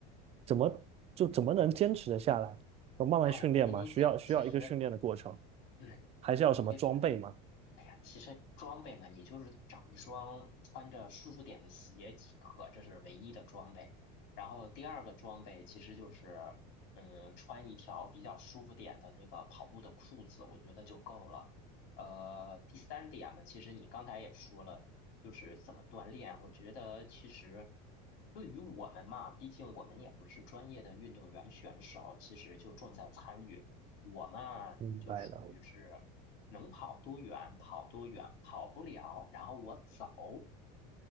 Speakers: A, on the right; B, on the left.
A: 怎么就怎么能坚持的下来？要慢慢训练嘛，
B: 哎呀，我跟你讲，
A: 需要需要一个训练的过程，
B: 其实。<laughs>
A: 还是要有什么装备嘛？
B: 其实，哎呀，其实装备嘛，你就是找一双穿着舒服点的鞋即可，这是唯一的装备。然后第二个装备其实就是，嗯，穿一条比较舒服点的那个跑步的裤子，我觉得就够了。呃，第三点嘛，其实你刚才也说了，就是怎么锻炼。我觉得其实对于我们嘛，毕竟我们也不是专业的运动员选手，其实就重在参与。我嘛，
A: 明白了，
B: 就属于是。能跑多远跑多远，跑不了，然后我走。